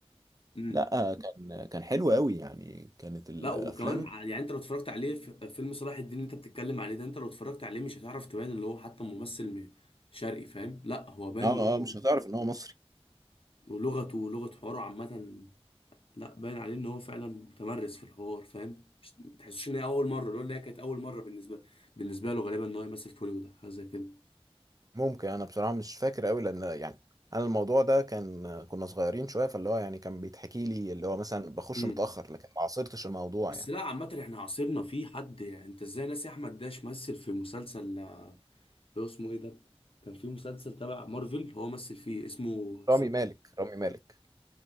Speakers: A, on the left (about 60°); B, on the right (about 35°).
A: مم.
B: لا آه، كان كان حلو قوي يعني كانت الافلام
A: لا وكمان ع- يعني انت لو اتفرجت عليه في فيلم صلاح الدين اللي انت بتتكلم عليه ده انت لو اتفرجت عليه مش هتعرف تبان اللي هو حتى ممثل م- شرقي فاهم لا هو باين
B: اه
A: اللي هو
B: اه مش هتعرف ان هو مصري
A: ولغته ولغة حواره عامة لا باين عليه ان هو فعلا متمرس في الحوار فاهم مش ما تحسش ان هي اول مرة اللي هو اللي هي كانت اول مرة بالنسبة بالنسبة له غالبا ان هو يمثل في هوليوود أو حاجة زي كده
B: ممكن انا بصراحة مش فاكر قوي لان يعني انا الموضوع ده كان كنا صغيرين شوية فاللي هو يعني كان بيتحكي لي اللي هو مثلا بخش
A: امم
B: متأخر لكن ما عاصرتش الموضوع
A: بس
B: يعني
A: لا عامة احنا عاصرنا في حد يعني انت ازاي ناسي احمد داش مثل في مسلسل اللي هو اسمه ايه ده كان في مسلسل تبع مارفل هو مثل فيه اسمه
B: رامي مالك رامي مالك